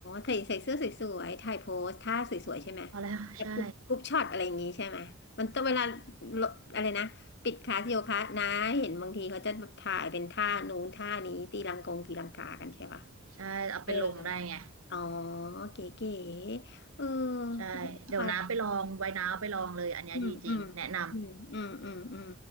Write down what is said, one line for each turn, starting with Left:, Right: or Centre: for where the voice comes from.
Left: ใส่ใส่เสื้อสวยๆถ่ายโพสท่าสวยๆใช่ไหม
Right: พอแล้วใช่
Left: แบบกรุ๊ปกรุ๊ปช็อตอะไรอย่างงี้ใช่ไหม มันต้องเวลาลดอะไรนะ ปิดคลาสโยคะนะเห็นบางทีเขาจะแบบถ่ายเป็นท่านู้นท่านี้ตีลังกงตีลังกากันใช่ปะ
Right: ใช่เอาไปลงได้ไง
Left: เอออ๋อ เก๋ๆเออ
Right: ใช่เดี๋ยวน้าไปลองไว้น้าเอาไปลองเลยอันเนี้ยดีจริงแนะน
Left: ไม่ต้องไป อืมอืมอืมอืมอืมอืม